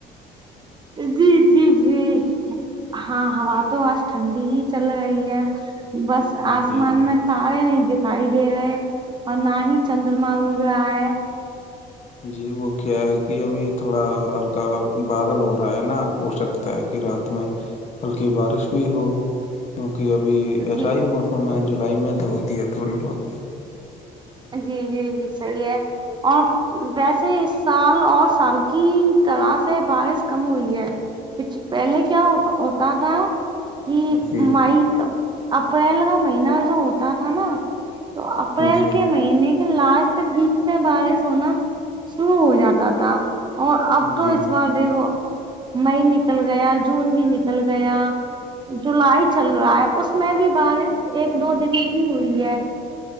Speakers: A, on the right (about 25°); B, on the left (about 40°).
A: جی جی جی ہاں ہا تو آج ٹھنڈ ہی چل رہی ہے بس آسمان
B: جی
A: میں تارے نہیں دکھائی دے رہے اور نہ ہی چندرما ا رہا ہے
B: جی وہ کیا ہے کہ ابھی تھوڑا ہلکا بادل ہو رہا ہے نا اسق ہے کہ رات میں بلکہ بارش بھی ہو کیونکہ ابھی ایسا
A: جی
B: ہی موسم ہے جولائی میں تو ہوتی ہے تھوڑی بہت
A: جی جی جی صحیح ہے اور ویسے اس سال اور سال کی طرح سے بارش کم ہوئی ہے پچ پہلے کیا ہوتا ہوتا تھا کہ
B: جی
A: مائی کا اپریل کا مہینہ جو ہوتا تھا نا تو اپریل
B: جی
A: کے مہینے کے لاسٹ ویک سے بارش ہونا شروع ہو جاتا تھا اور اب تو
B: جی
A: اس بار دیکھو مئی نکل گیا جون بھی نکل گیا جولائی چل رہا ہے اس میں بھی بارش ایک دو دن ہی ہوئی ہے